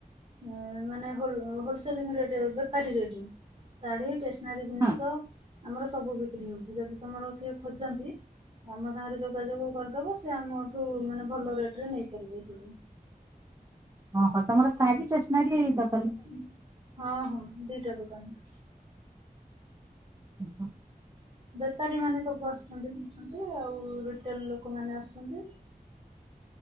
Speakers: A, on the right (about 35°); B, on the right (about 20°).
A: ଉଁ ମାନେ ହୋ-ହୋଲସେଲିଂ ରେଟେ ବେପାରୀ ରେଟ ଶାଢୀ ଟେସ୍ ନାରୀ ଜିନିଷ
B: ହଁ
A: ଆମର ସବୁ ବିକ୍ରି ହୋଉ ଯଦି ତମର କିଏ ଖୋଜନ୍ତି ଆମ ସାଙ୍ଗରେ ଯୋଉ ଯୋଗାଯୋଗ କରିଦବ ସେ ଆମଠୁ ମାନେ ଭଲ ରେଟରେ ନେଇପାରିବେ ସବୁ।
B: ଓହୋ ତମର ଶାଢୀ ଷ୍ଟେସନାରୀ ଦ
A: ଉଁ ହଁ ହଁ ଦିଟା ଦୋକାନ।
B: ଓହୋ।
A: ବେପାରୀମାନେ ସବୁ ଆସୁଛନ୍ତି ନୋଉଛନ୍ତି ଆଉ ରୋଟେଲ ଲୋକମାନେ ଆସଛନ୍ତି।